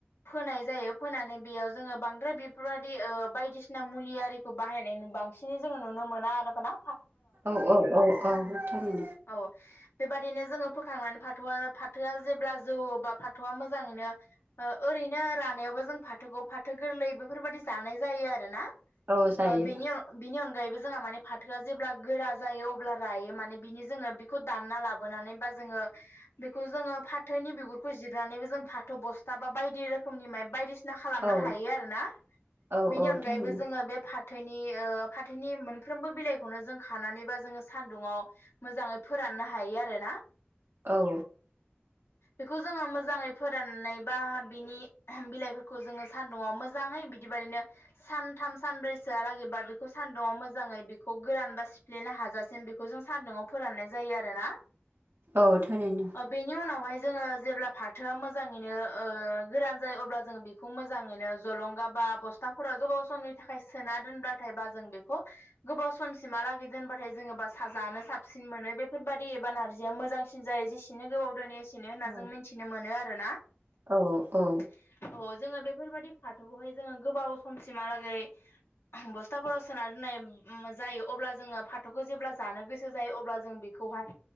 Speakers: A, on the left; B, on the right.
A: फोनाय जायो फोनानै बेयाव जोङो बांद्राय बेफोरबायदि बायदिसिना मुलि आरि बाहायनाय बांसिनै जोङो नुनो मोना आरो ना।
B: औ औ औ औ थैनो।
A: औ बेबादिनो जोङो फोखांनानै फाथोआ फाथोआ जेब्ला जौ बा फाथौआ मोजाङैनो ओरैनो रानायावबो जों फाथोखौ फाथो गोरलै बेफोरबायाददि जानाय जायो आरो ना।
B: औ जायो
A: आ बेनि बिनि अनगायैबो जोंहा माने फाथोआ जेब्ला गोरा जायो अब्ला रायो माने बिनि जोङो दानना लाबोनानै बा जोङो बेखौ जोङो फाथैनि बिगुरखौ जिरनानैबो जों फाथ' बस्था बा बायदि रोखोमनि माइ बायदिसिना खालामनो
B: औ
A: हायो आरोना
B: औ
A: बिनि
B: औ
A: अनगायैबो
B: थारैनो
A: जोङो बे फाथैनि फाथैनि मोनफ्रोमबो बिलाइखौनो जों खानानै बा जोङो सान्दुंङाव मोजाङै फोराननो हायो आरो ना।
B: औ
A: बेखौ जोङो मोजाङै फोराननानै बा बिनि बिलाइफोरखौ जोङो सानदुङाव मोजाङैदि बिदिबायदिनो सानथाम सानब्रैसोआ लागै बेखौ सानदुङा मोजाङै बेखौ गोरान बा सिफ्लेनो हाजासिम बेखौ बेखौ जों सान्दुङआव फोराननाय जायो आरोना।
B: औ थारैनो
A: अ बेनि उनाव बेवहाय जोङो जेब्ला फाथोआ मोजाङैनो गोरान जायो अब्ला जों बेखौ मोजाङैनो जलंगा बा बस्थाफोराव गोबाव समनि थाखाय सोना दोनबाथायबा जों बेखौ गोबाव समसिमहालागै दोनबाथाय जोङो बा स जानो साबसिन मोनो बेफोरबाददि एबा नारजिया मोजां। जायो जेसेनो गोबाव दोनो एसेनो होनना
B: औ
A: जों मिथिनो मोनो आरोना। अ
B: औ औ
A: जोङो बेफोरबाददि फाथौखौहाय जोङो गोबाव समसिमहालागै बस्थाफोराव सोना दोननाय जायो अब्ला जोङो फाथ'खौ जेब्ला जानो गोसो जायो अब्ला जों बे खौहाय